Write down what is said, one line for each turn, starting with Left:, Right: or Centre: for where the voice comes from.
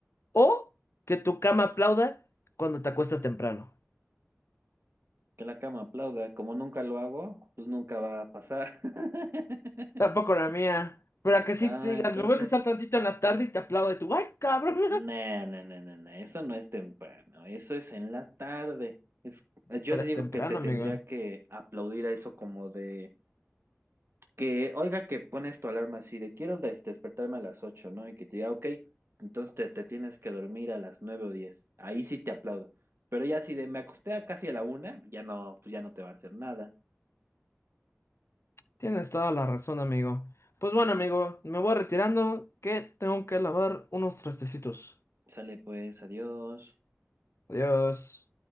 Left: ¿O que tu cama aplauda cuando te acuestas temprano?
Right: Que la cama aplauda. Como nunca lo hago, pues nunca va a pasar. <laughs>
Left: Tampoco la mía. Pero
Right: Ahí
Left: a
Right: está,
Left: que sí te digas,
Right: entonces.
Left: me voy a acostar tantito en la tarde y te aplaudo y tú, ¡ay, cabrón!
Right: No, no, no, no, no, eso no es temprano, eso es en la tarde. Es,
Left: <laughs>
Right: yo
Left: Pero
Right: digo
Left: es temprano,
Right: que te tendría
Left: amigo.
Right: que aplaudir a eso como de que, oiga, que pones tu alarma así de quiero des- despertarme a las ocho, ¿no? Y que te diga, ok, entonces te, te tienes que dormir a las nueve o diez. Ahí sí te aplaudo. Pero ya si de me acosté a casi a la una, ya no, pues ya no te va a hacer nada.
Left: Tienes toda la razón, amigo. Pues bueno, amigo, me voy retirando que tengo que lavar unos trastecitos.
Right: Sale pues, adiós.
Left: Adiós.